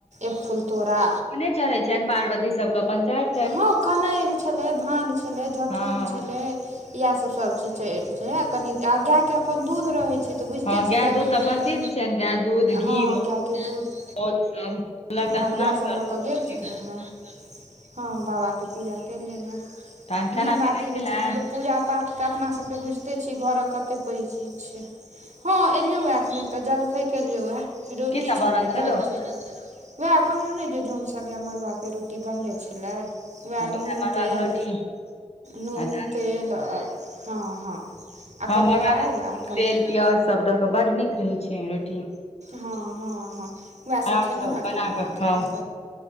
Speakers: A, on the right; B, on the left.
A: एक फूल तोड़ा
B: <unintelligible> छैन। पार्वती सबके अपन चर
A: हँ कनैल छलै भाङ्ग छलै धथुर
B: हँ
A: छलै इएह सब सब चीज चढ़इलकै या कनी गाय के अपन दूध रहय छैय। तऽ बुझिते
B: हँ
A: छीही
B: गाय
A: गायके दूध
B: प्रसिद्ध
A: तऽ
B: छनि गाय दूध घी
A: हँ गाायके दूध
B: मौध सब कहलक तऽ
A: हँ
B: स्नान
A: यैह सभ
B: करलहुँ
A: लऽ कऽ गेल छलहु हेँ। हँ बाबाके पूजा कयल गेल हेँ।
B: तहन खाना
A: मेन बात
B: पीना
A: ई होइ
B: खेला
A: छैय ने जे पूजा पाठ तऽ अपना सभके बुझ ते छी घरक कते पैघ चीज छैय हँ एलियौ एखने तऽ जलखै केलियौ या रोटी
B: की सब
A: छलै
B: बनल छलौ
A: दालि छलै वैह कहलियौ ने जे जनसभ लए मड़ुआके रोटी बनलै छलै वैह
B: हँ तऽ
A: नून
B: उहे मड़ुआ
A: तेल
B: के रोटी
A: नून
B: आ
A: तेल हँ हँ आ
B: हँ
A: कनि
B: मरुआ
A: दालि
B: के
A: आर कनि
B: तेल प्याज सभ दऽ कऽ बड नीक रहैत छैय रोटी।
A: हँ हँ हँ वैह सभ
B: आरामसँ
A: खेलहुँ हेँ
B: बना
A: पीलहुँ
B: कऽ
A: हेँ
B: खाउ
A: तऽ फेर